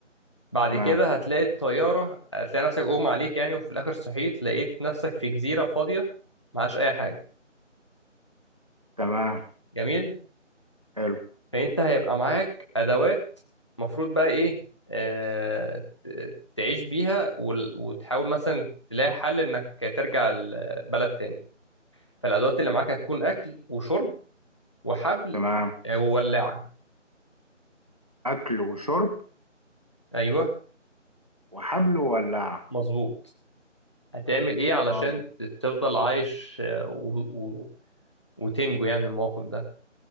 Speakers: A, on the left; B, on the right.
A: بعد
B: تمام
A: كده هتلاقي الطيارة هتلاقي نفسك أغمى عليك يعني وفي الآخر صحيت لقيت نفسك في جزيرة فاضية معهاش أي حاجة
B: تمام
A: جميل
B: حلو
A: فأنت هيبقى معاك أدوات مفروض بقى إيه آه، ت- تعيش بيها وال- وتحاول مثلا تلاقي حل إنك ترجع البلد تاني فالأدوات اللي معاك هتكون أكل وشرب وحبل
B: تمام
A: آه، وولاعة
B: اكل وشرب
A: أيوه
B: وحبل وولع
A: مظبوط هتعمل ايه علشان
B: طيب
A: ت- تفضل عايش آه، و... و... وتنجو يعني من الموقف ده